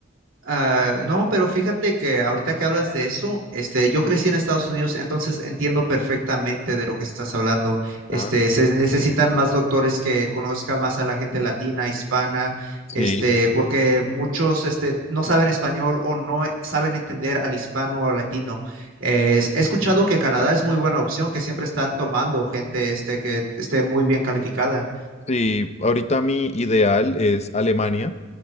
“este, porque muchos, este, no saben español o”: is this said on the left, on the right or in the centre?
Right